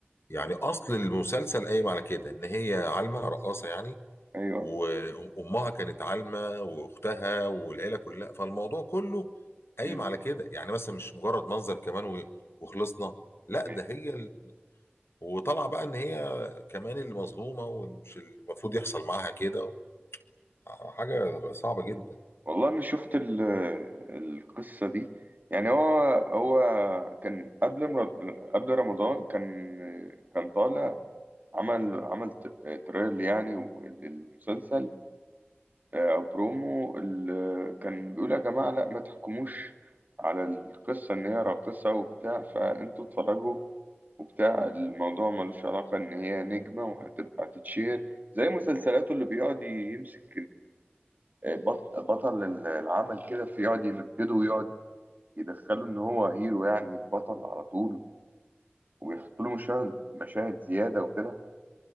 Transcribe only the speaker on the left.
يعني أصل المسلسل قايم على كده إن هي عالمة رقاصة يعني
وأمها كانت عالمة وأختها والعيلة كلها فالموضوع كله قايم
على كده يعني مثلا مش مجرد منظر كمان و- وخلصنا لا
ده هي ال... وطالعة بقى إن هي كمان اللي مظلومة ومش المفروض يحصل معاها كده و... حاجة صعبة جدا